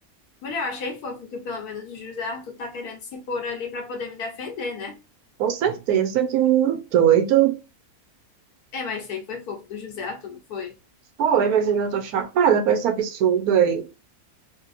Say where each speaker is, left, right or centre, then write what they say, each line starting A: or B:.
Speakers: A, on the left (about 80°); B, on the right (about 75°).
A: Mulher, eu achei fofo que pelo menos o José Arthur tá querendo se pôr ali pra poder me defender, né?
B: Com certeza que o menino doido
A: É, mas isso aí foi fofo do José Arthur, não foi?
B: foi, mas ainda tô chapada com esse absurdo aí.